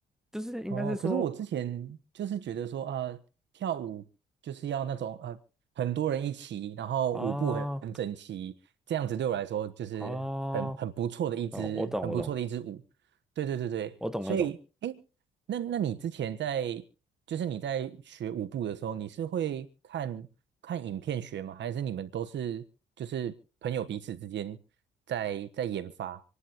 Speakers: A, in the centre; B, on the right (about 65°).
A: 就是应该是说
B: 哦，可是我之前就是觉得说啊、跳舞就是要那种呃，很多人一起，然后舞步很很整齐，
A: 啊
B: 这样子对我来说就是很很不错的一支很不错的一支舞。
A: 啊哦，我懂，我懂，
B: 对对对对，
A: 我懂那种，
B: 所以诶，那那你之前在就是你在学舞步的时候，你是会看看影片学吗？还是你们都是就是朋友彼此之间在在研发，